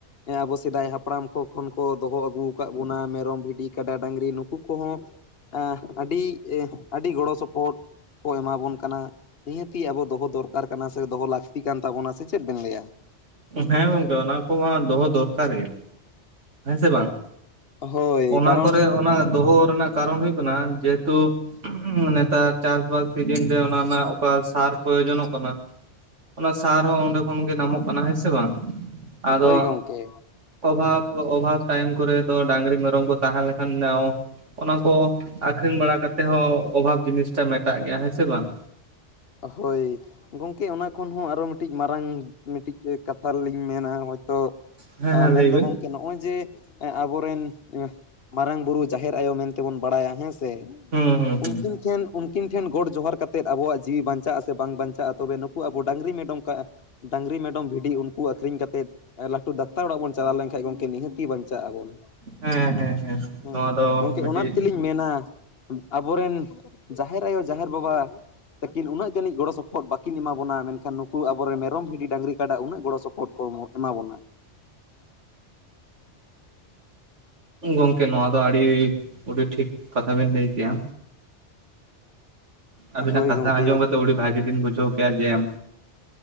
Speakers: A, on the left; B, on the right.
A: ᱟᱵᱚ ᱥᱮᱫᱟᱭ ᱦᱟᱯᱲᱟᱢ ᱠᱚ ᱠᱷᱚᱱ ᱠᱚ ᱫᱚᱦᱚ ᱟᱹᱜᱩᱣ ᱟᱠᱟᱜ ᱵᱚᱱᱟ ᱢᱮᱨᱚᱢ, ᱵᱷᱤᱰᱤ, ᱠᱟᱰᱟ, ᱰᱟᱹᱝᱨᱤ ᱱᱩᱠᱩ ᱠᱚᱦᱚᱸ ᱟ ᱟᱹᱰᱤ ᱟᱹᱰᱤ ᱮ ᱟᱹᱰᱤ ᱜᱚᱲᱚ ᱥᱚᱯᱚᱦᱚᱫ ᱠᱚ ᱮᱢᱟ ᱵᱚᱱ ᱠᱟᱱᱟ᱾ ᱱᱤᱦᱟᱹᱛᱤ ᱟᱵᱚ ᱫᱚᱦᱚ ᱫᱚᱨᱠᱟᱨ ᱠᱟᱱᱟ ᱥᱮ ᱫᱚᱦᱚ ᱞᱟᱹᱠᱛᱤ ᱠᱟᱱ ᱛᱟᱵᱚᱱᱟ, ᱥᱮ ᱪᱮᱫ ᱵᱮᱱ ᱞᱟᱹᱭ-ᱟ?
B: ᱦᱮᱸ ᱜᱚᱝᱠᱮ ᱚᱱᱟ ᱠᱚ ᱢᱟ ᱫᱚᱦᱚ ᱫᱚᱨᱠᱟᱨ ᱜᱮ᱾ ᱦᱮᱸ ᱥᱮ ᱵᱟᱝ᱾
A: ᱦᱳᱭ
B: ᱚᱱᱟ
A: ᱠᱟᱨᱚᱱ
B: ᱠᱚᱨᱮ ᱚᱱᱟ ᱫᱚᱦᱚ ᱨᱮᱱᱟᱜ ᱠᱟᱨᱚᱱ ᱦᱩᱭᱩᱜ ᱠᱟᱱᱟ ᱡᱮᱦᱮᱛᱩ ᱦᱩᱸ ᱱᱮᱛᱟᱨ ᱪᱟᱥ ᱵᱟᱥ ᱥᱤᱡᱤᱱ ᱨᱮ ᱚᱱᱟ ᱨᱮᱱᱟᱜ ᱚᱠᱟ ᱥᱟᱨ ᱯᱨᱚᱭᱳ ᱡᱚᱱᱚᱜ ᱠᱟᱱᱟ ᱚᱱᱟ ᱥᱟᱨ ᱦᱚᱸ ᱚᱸᱰᱮ ᱠᱷᱚᱱ ᱜᱮ ᱱᱟᱢᱚᱜ ᱠᱟᱱᱟ ᱦᱮᱸ ᱥᱮ ᱵᱟᱝ? ᱟᱫᱚ
A: ᱦᱳᱭ ᱜᱚᱝᱠᱮ
B: ᱚᱵᱷᱟᱵ ᱚᱵᱷᱟᱵ ᱴᱟᱭᱤᱢ ᱠᱚᱨᱮ ᱫᱚ ᱰᱟᱹᱝᱨᱤ ᱢᱮᱨᱚᱢ ᱠᱚ ᱛᱟᱦᱮᱸ ᱞᱮᱠᱷᱟᱱ ᱱᱮᱣ ᱚᱱᱟ ᱠᱚ ᱟᱹᱠᱷᱨᱤᱧ ᱵᱟᱲᱟ ᱠᱟᱛᱮ ᱦᱚᱸ ᱚᱵᱷᱟᱵ ᱡᱤᱱᱤᱥ ᱴᱟ ᱢᱮᱴᱟᱜ ᱜᱮᱭᱟ ᱦᱮᱸ ᱥᱮ ᱵᱟᱝ?
A: ᱦᱳᱭ᱾ ᱜᱚᱝᱠᱮ ᱚᱱᱟ ᱠᱷᱚᱱ ᱦᱚᱸ ᱟᱨᱚ ᱢᱤᱫᱴᱤᱡ ᱢᱟᱨᱟᱝ ᱢᱤᱫᱴᱤᱡ ᱠᱟᱛᱷᱟ ᱞᱤᱧ ᱢᱮᱱᱟ ᱦᱚᱭᱛᱚ
B: ᱦᱮᱸ ᱦᱮᱸ
A: ᱢᱮᱱ
B: ᱞᱟᱹᱭ
A: ᱫᱚ
B: ᱵᱤᱱ
A: ᱜᱚᱝ ᱠᱮ ᱱᱚᱜᱼᱚᱭ ᱡᱮ ᱟᱵᱚ ᱨᱮᱱ ᱮ ᱢᱟᱨᱟᱝ ᱵᱩᱨᱩ, ᱡᱟᱦᱮᱨ ᱟᱭᱳ ᱢᱮᱱ ᱛᱮ ᱵᱚᱱ ᱵᱟᱲᱟᱭᱟ ᱦᱮᱸ ᱥᱮ᱾ ᱛᱮ
B: ᱦᱩᱸ ᱦᱩᱸ ᱦᱩᱸ
A: ᱩᱱᱠᱤᱱ ᱴᱷᱮᱱ ᱩᱱᱠᱤᱱ ᱴᱷᱮᱱ ᱜᱚᱸᱰ ᱡᱚᱦᱟᱨ ᱠᱟᱛᱮᱫ ᱟᱵᱚᱣᱟᱜ ᱡᱤᱣᱤ ᱵᱟᱧᱪᱟᱜ-ᱟ ᱥᱮ ᱵᱟᱝ ᱵᱟᱧᱪᱟᱜᱼᱟ ᱛᱚᱵᱮ ᱱᱩᱠᱩ ᱟᱵᱚ ᱰᱟᱹᱝᱨᱤ ᱢᱮᱰᱚᱢ ᱠᱟᱜᱼᱟ ᱰᱟᱹᱝᱨᱤ ᱢᱮᱰᱚᱢ ᱵᱷᱤ ᱞᱤᱧ ᱩᱱᱠᱩ ᱟᱹᱠᱷᱨᱤᱧ ᱠᱟᱛᱮᱫ ᱞᱟᱹᱴᱩ ᱰᱟᱠᱛᱟᱨ ᱚᱲᱟᱜ ᱵᱚᱱ ᱪᱟᱞᱟᱣ ᱞᱮᱱ ᱠᱷᱟᱡ ᱜᱚᱝᱠᱮ ᱱᱤᱦᱟᱹᱛᱤ ᱵᱟᱧᱪᱟᱜ ᱟᱵᱚᱱ᱾
B: ᱦᱮᱸ ᱦᱮᱸ
A: ᱦᱮᱸ
B: ᱱᱚᱣᱟ ᱫᱚ
A: ᱜᱚᱝᱠᱮ
B: ᱢᱤᱫᱴᱤᱡ
A: ᱚᱱᱟ ᱛᱮᱞᱤᱧ ᱢᱮᱱᱟ ᱟᱵᱚ ᱨᱮᱱ ᱡᱟᱦᱮᱨ ᱟᱭᱳ, ᱡᱟᱦᱮᱨ ᱵᱟᱵᱟ ᱛᱟᱹᱠᱤᱱ ᱩᱱᱟᱹᱜ ᱡᱟᱹᱱᱤᱡ ᱜᱚᱲᱚ ᱥᱚᱯᱚᱦᱚᱫ ᱵᱟᱠᱤᱱ ᱮᱢᱟ ᱵᱚᱱᱟ ᱢᱮᱱᱠᱷᱟᱱ ᱱᱩᱠᱩ ᱟᱵᱚ ᱨᱮᱱ ᱢᱮᱨᱚᱢ ᱵᱷᱤᱰᱤ ᱰᱟᱹᱝᱨᱤ ᱠᱟᱰᱟ ᱩᱱᱟᱹᱜ ᱜᱚᱲᱚ ᱥᱚᱯᱚᱦᱚᱫ ᱠᱚ ᱮᱢᱚᱜ ᱮᱢᱟ ᱵᱚᱱᱟ᱾ <inaudible>
B: ᱜᱚᱝᱠᱮ ᱱᱚᱣᱟ ᱫᱚ ᱟᱹᱰᱤ ᱩᱰᱤ ᱴᱷᱤᱠ ᱠᱟᱛᱷᱟ ᱵᱤᱱ ᱞᱟᱹᱭ ᱠᱮ-ᱟ
A: ᱦᱳᱭ
B: ᱟᱹᱵᱤᱱᱟᱜ ᱠᱟᱛᱷᱟ
A: ᱜᱚᱝᱠᱮ
B: ᱟᱸᱡᱚᱢ ᱠᱟᱛᱮᱜ ᱩᱰᱤ ᱵᱷᱟᱹᱜᱮ ᱞᱤᱱ ᱵᱩᱡᱷᱟᱹᱣ ᱠᱮᱜ-ᱟ ᱡᱮᱢ